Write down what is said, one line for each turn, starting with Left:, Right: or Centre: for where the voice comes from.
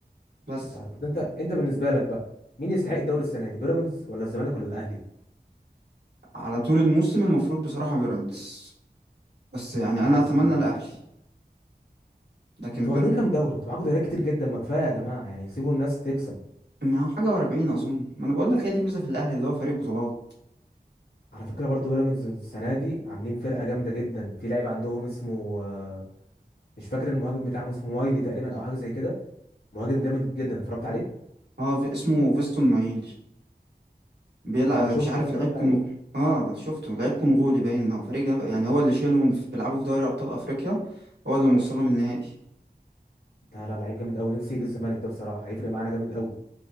Right: بس
Left: مش عارف بس انت انت بالنسبه لك بقى مين يستحق الدوري السنه دي بيراميدز ولا الزمالك ولا الاهلي
Right: على طول الموسم المفروض بصراحه بيراميدز بس يعني
Left: انا
Right: انا
Left: حاسس
Right: اتمنى
Left: كده
Right: الاهلي
Left: برضه
Right: لكن
Left: انتوا
Right: بيراميدز
Left: واخدين كام دوري انتوا معاكم دوريات كتير جدا ما كفايه يا جماعه يعني سيبوا الناس تكسب
Right: ما هو حاجه و40 اظن ما انا بقول لك هي دي الميزه في الاهلي اللي هو فريق بطولات
Left: على فكره برضو بيراميدز السنه دي عاملين فرقه جامده جدا في لعيب عندهم اسمه آه، مش فاكر المهاجم بتاعهم اسمه مايلي تقريبا او حاجه زي كده مهاجم جامد جدا اتفرجت عليه
Right: اه في اسمه فيستون مايلي بيلعب
Left: اه شفت
Right: مش عارف
Left: ده اتفرجت
Right: لعيب كونغولي
Left: عليه
Right: اه شفته لعيب كونغولي باين هو فريق جم- يعني هو اللي شايلهم في... بيلعبوا في دوري ابطال افريقيا هو اللي موصلهم النهائي
Left: لا لا لعيب جامد قوي نفسي يجي الزمالك ده بصراحه هيفرق معانا جامد قوي